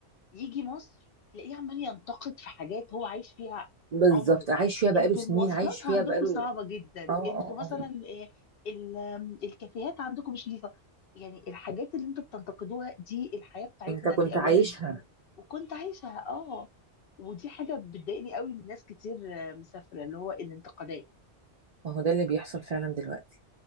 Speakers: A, on the left; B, on the right.
A: يجي مصر تلاقيه عمال ينتقد في حاجات هو عايش فيها
B: بالظبط
A: عمره
B: عايش فيها بقاله
A: انتوا
B: سنين
A: المواصلات
B: عايش فيها
A: عندكم
B: بقاله
A: صعبة جدا
B: اه اه
A: انتوا مثلا
B: اه
A: إيه، ال- آم، الكافيهات عندكم مش نظيفة يعني الحاجات اللي انتوا بتنتقدوها دي الحياة بتاعتنا
B: انت كنت
A: دي اولا
B: عايشها
A: وكنت عايشها اه ودي حاجة بتضايقني قوي من ناس كتير آه، مسافرة اللي هو الانتقادات
B: ما هو ده اللي بيحصل فعلا دلوقتي